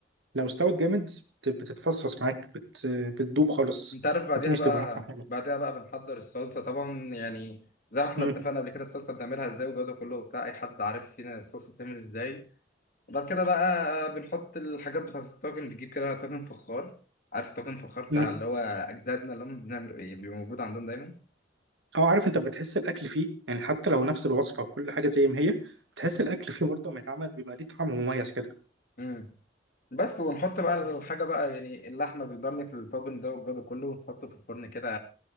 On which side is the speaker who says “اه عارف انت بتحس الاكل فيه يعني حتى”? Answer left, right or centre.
Right